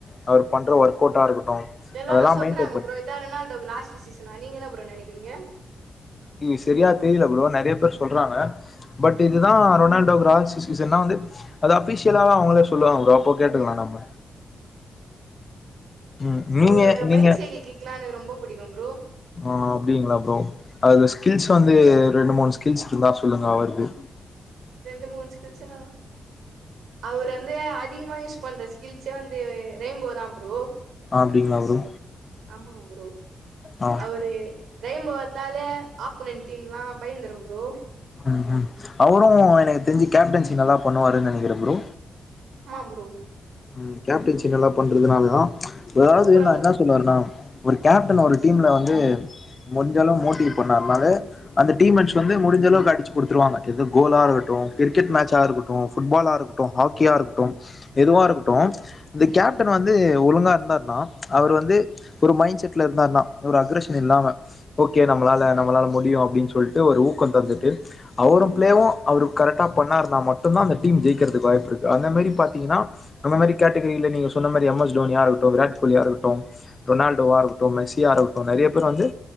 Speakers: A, on the left; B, on the right.
A: அவர் பண்ற ஒர்க்கவுட்டா இருக்கட்டு
B: எல்லாரு
A: அதெல்லா
B: சொல்றாங்க
A: மெயின்டென் பண்
B: ப்ரோ இதா ரொனால்டோகு லாஸ்ட்டு சீசனா நீங்க என்ன ப்ரோ நெனைக்கிறீங்க
A: இங்க சரியா தெரில ப்ரோ நெறைய பேர் சொல்றாங்க பட்டு இதுதா ரொனால்டோகு லாஸ்ட்டு சீசன்னா வந்து அது அஃபிஷியலாதா அவங்களே சொல்லுவாங்க ப்ரோ அப்போ கேட்டுக்குளா நம்ம ம் நீங்க
B: அவரோட
A: நீங்க
B: பைசைக்கள் கிக்குலா எனக்கு ரொம்ப புடிக்கு ப்ரோ
A: ஆ அப்டிங்களா ப்ரோ அதுல ஸ்கில்ஸ் வந்து ரெண்டு மூணு ஸ்கில்ஸ் இருந்தா சொல்லுங்க அவர்து
B: ரெண்டு மூணு ஸ்கில்ஸுனா அவர் வந்து அதிகமா யூஸ் பண்ற ஸ்கில்ஸே வந்து ரெயின்போ தா ப்ரோ
A: அப்டிங்களா ப்ரோ
B: ஆமாங்க ப்ரோ
A: ஆ
B: அவரு ரெயின்போ எத்தாலே ஆப்பொனன்ட் டீம்லா பயந்துரு ப்ரோ
A: ம் ம் அவரு எனக்கு தெரிஞ்சு கேப்டன்சி நல்லா பண்ணுவாருன்னு நெனைக்கிற ப்ரோ
B: ஆ ப்ரோ
A: ம் கேப்டன்சி நல்லா பண்றதுனால்தா அதாவது
B: சூப்பரா
A: நா
B: பண்ணுவாரு
A: என்ன சொல்ல வரன்னா
B: ப்ரோ
A: ஒரு கேப்டன் ஒரு டீம்ல வந்து முடிஞ்சளவு மோட்டிவ் பண்ணார்னாலே அந்த டிம் மேட்ஸ் வந்து முடிஞ்சளவுக்கு அடிச்சு குடுத்துறுவாங்க இது கோலா இருக்கட்டு கிரிக்கெட் மாட்ச்சா இருட்டு ஃபுட்பால இருக் டு ஹாக்கியா இருக்கட்டு எதுவா இருக் டு இந்த கேப்டன் வந்து ஒழுங்கா இருந்தாருனா அவர் வந்து ஒரு மைண்ட் செட்ல இருந்தாருன்னா ஒரு அக்ரஷன் இல்லாம ஓகே நம்மளால நம்மளால முடியு அப்டின்னு சொல்ட்டு ஒரு ஊக்கொ தந்துட்டு அவரூ பிளேவு அவரு கரெக்டா பண்ணாருன்னா முட்டுதா அந்த டீம் ஜெய்க்கிறதுக்கு வாய்ப்பிருக்கு அந்த மாரி பாத்தீங்கன்னா அந்த மாரி கேட்டகிரில நீங்க சொன்ன மாரி எம் எஸ் தோனியா இருக்கட்டு விராட் கோலிய இருக்கட்டு ரோனால்டோவா இருக்கட்டு மெஸியாா இருக்கட்டு நெறைய பேர் வந்து